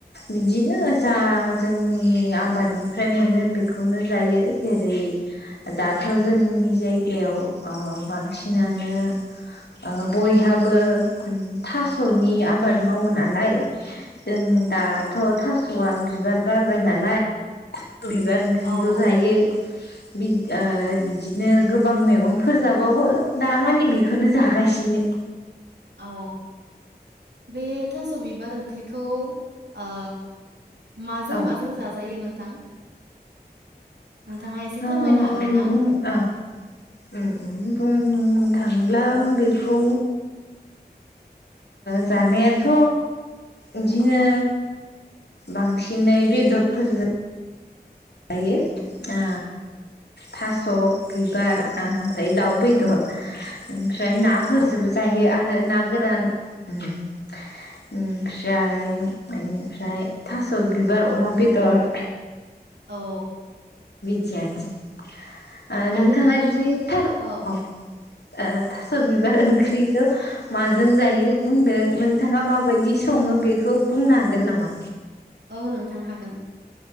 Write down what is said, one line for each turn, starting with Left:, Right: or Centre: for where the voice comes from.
Left: बिदिनो जा जोंनि आबादनिफ्राय मोनो बेखौनो जायो। जेरै दाथ' जोंनि जायगायाव अ बांसिनानो ओ बयहाबो थास'नि आबाद मावो नालाय, जों दाथ' थास'आ बि बिबार बारबाय नालाय। बिबार ओंख्रिखौ
Right: औ
Left: जायो।
Right: <inaudible>
Left: बि ओ बिदिनो गोबां मैगंफोर जाबावो दा मानि बेखौनो जागासिनो।
Right: औ। बे थास' बिबार ओंख्रिखौ आ माजों
Left: औ
Right: माजों जाजायो नोंथां? नोंथाङा
Left: <inaudible>
Right: एसे फोरमायनो हागोन ना?
Left: बुंनो थांब्ला बेखौ जानायाथ' इदिनो बांसिनै बेदरफोरजों जायो आ थास' बिबार आ ओमफ्राय दाउ बेदर। ओमफ्राय नाफोरजोबो
Right: औ
Left: जायो आरो ना गोरान। ओमफ्राय बेनिफ्राय थास' बिबार अमा बेदर।
Right: औ।
Left: बिदियानोसै। ओ नोंथाङा
Right: आरो नोंथां
Left: दि थार
Right: औ
Left: अह। थास' बिबार ओंख्रिखौ माजों जायो बुंदों, नोंथाङा माबायदि सं संङो बेखौ बुंनो हागोन नामा?
Right: औ नोंथां हागोन।